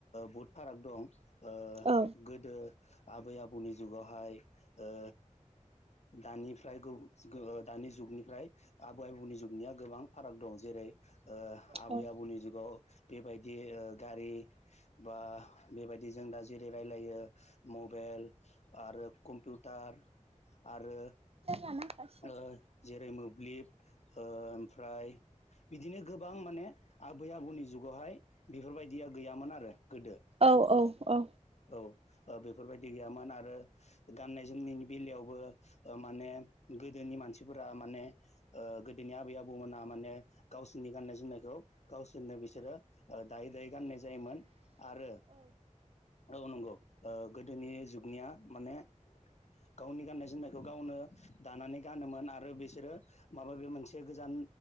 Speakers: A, on the left; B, on the right.
A: बहुद फाराग दं ओ
B: औ
A: गोदो आबै आबौनि जुगावहाय ओ दानिफ्राय गो-गोहो दानि जुगनिफ्राय आबै आबौनि जुगनिया गोबां फाराग दं जेरै ओ आबै
B: औ
A: आबौनि जुगाव बेबायदि ओ गारि बा बेबायदि जों दा जेरै रायलायो मबेल आरो कम्पिउटार आरो
B: जाना फसि <unintelligible>
A: ओ जेरै मोब्लिब ओ ओमफ्राय बिदिनो गोबां माने आबै आबौनि जुगावहाय बेफोरबायदिया गैयामोन आरो गोदो
B: औ औ औ
A: औ ओ बेफोरबायदि गैयामोन आरो गाननाय जोमनायनि बेलायावबो ओ माने गोदोनि मानसिफोरा माने ओ गोदोनि आबै आबौमोनहा माने गावसोरनि गाननाय जोमनायखौ गावसोरनो बिसोरो ओ दायै दायै गाननाय जायोमोन आरो औ नंगौ ओ गोदोनि जुगनिया माने गावनि गाननाय जोमनायखौ गावनो दानानै गानोमोन आरो बिसोरो माबा बे मोनसे गोजान